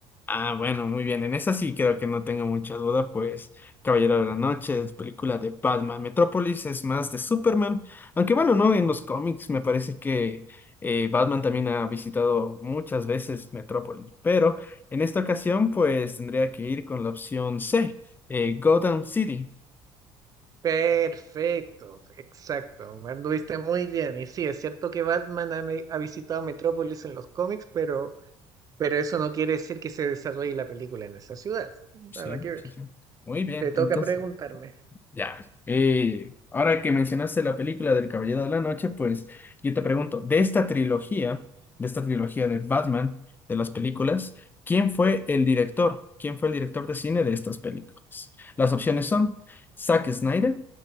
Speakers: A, on the left; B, on the right.
A: Ah, bueno, muy bien. En esa sí creo que no tengo mucha duda, pues Caballero de la Noche es película de Batman. Metrópolis es más de Superman. Aunque bueno, no, en los cómics me parece que eh, Batman también ha visitado muchas veces Metrópolis. Pero en esta ocasión, pues tendría que ir con la opción C, eh, Gotham City.
B: Perfecto, exacto. Anduviste muy bien. Y sí, es cierto que Batman ha, me- ha visitado Metrópolis en los cómics, pero, pero eso no quiere decir que se desarrolle la película en esa ciudad. Nada
A: Sí,
B: que ver.
A: sí, sí. Muy bien.
B: Te toca
A: Entonces,
B: preguntarme.
A: Ya. Y ahora que mencionaste la película del Caballero de la Noche, pues yo te pregunto, de esta trilogía, de esta trilogía de Batman, de las películas, ¿quién fue el director? ¿Quién fue el director de cine de estas películas? Las opciones son Zack Snyder,